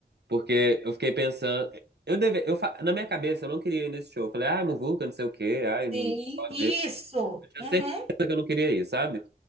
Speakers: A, on the right; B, on the right.
A: porque eu fiquei pensando. Eu deve, eu, fa- na minha cabeça, eu não queria ir nesse show. Eu falei, ah, não vou, que eu não sei o quê, ai, não
B: Sim,
A: gosto
B: isso.
A: disso. Eu tinha
B: Uhum.
A: certeza que eu não queria ir, sabe?